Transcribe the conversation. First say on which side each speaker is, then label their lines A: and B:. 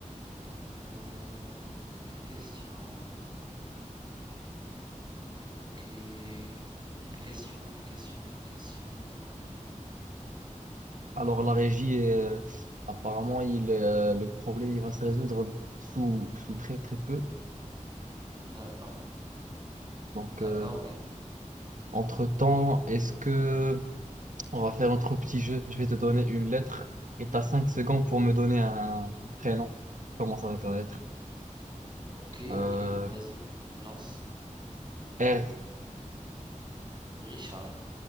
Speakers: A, on the right; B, on the right.
A: Donc euh, une question. Ok, une question, une question, une question.
B: Alors, la régie, euh, apparemment, il, euh, le problème, il va se résoudre sous, sous très, très peu.
A: D'accord,
B: Donc,
A: d'accord,
B: euh,
A: oui.
B: entre-temps,
A: Donc,
B: est-ce que On va faire notre petit jeu. Je vais te donner une lettre et tu as 5 secondes pour me donner un, un prénom. Commence avec la lettre.
A: ok,
B: Euh,
A: ok, vas-y, lance.
B: R.
A: Richard.